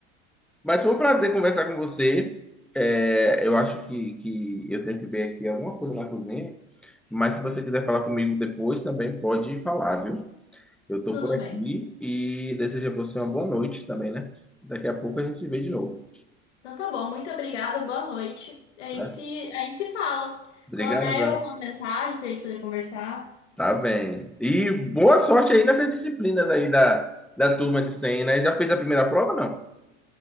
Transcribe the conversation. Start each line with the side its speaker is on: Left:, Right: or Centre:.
Centre: Mas foi um prazer conversar com você. É, eu acho que, que eu tenho que ver aqui alguma coisa na cozinha. Mas se você quiser falar comigo depois, também pode falar, viu? Eu estou
Left: Tudo
Centre: por aqui
Left: bem.
Centre: e desejo a você uma boa noite também, né? Daqui a pouco a gente se vê de novo,
Left: Então tá bom, muito obrigada, boa noite. A gente
Centre: tá?
Left: se, a gente se fala.
Centre: Obrigado.
Left: Quando der uma mensagem pra gente poder conversar,
Centre: Tá bem. E boa sorte aí nessas disciplinas aí da, da turma de 100 né? Já fez a primeira prova, não?